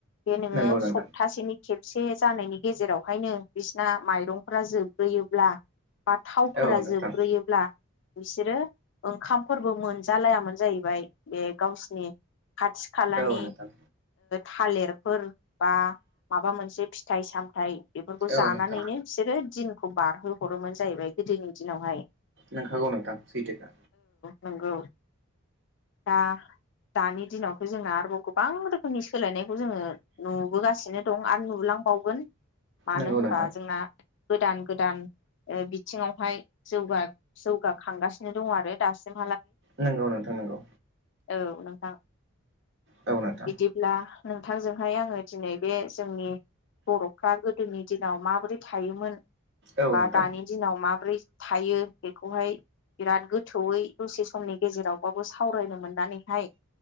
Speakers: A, on the left (about 55°); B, on the right (about 50°).
A: बे नोङो
B: नंगौ नोंथां
A: सप्तासेनि खेबसे जानायनि गेजेरावहायनो बिसिना माइरंफोरा जोबग्रोयोब्ला बा थावफोरा
B: औ नोंथां
A: जोबग्रोयोब्ला बिसोरो ओंखामफोरबो मोनजालायामोन जाहैबाय बे गावसिनि खाथि-खालानि
B: औ नोंथां
A: थालिरफोर बा माबा मोनसे फिथाइ-सामथाय बेफोरखौ
B: औ
A: जानानैनो
B: नोंथां
A: बिसोरो दिन खौ बारहो हरोमोन जाहैबाय गोदोनि दिनावहाय
B: नोंखागौ नोंथां सैथोखा
A: नोंगौ दा दानि दिनावथ' जोंना आरोबाव गोबां रोखोमनि सोलायनाय जोङो नुबोगासिनो दं आरो नुलांबावगोन मानो
B: नंगौ
A: होनबा
B: नोंथां
A: जोंना गोदान गोदान बिथिङावहाय जौगाखांगासिनो दङ आरो दासिम
B: नंगौ नोंथां नोंगौ
A: औ नोंथां
B: औ नोंथां
A: बिदिब्ला नोंथांजोंहाय आङो दिनै बे जोंनि बर'फ्रा गोदोनि दिनाव माबोरै थायोमोन
B: औ
A: बा
B: नोंथां
A: दानि दिनाव माबोरै थायो बेखौहाय बिराद गोथौयै दसे समनि गेजेरावबाबो स सावरायनो मोननानैहाय